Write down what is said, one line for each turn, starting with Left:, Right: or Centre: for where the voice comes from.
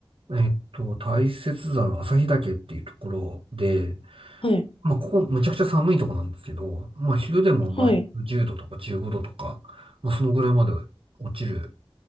Right: えっと、大雪山旭岳っていうところで、
Left: はい、
Right: まあ、ここむちゃくちゃ寒いとこなんですけど、まあ、昼でもマイナス10度とか15度とか、
Left: はい。
Right: まあ、そのぐらいまで落ちる、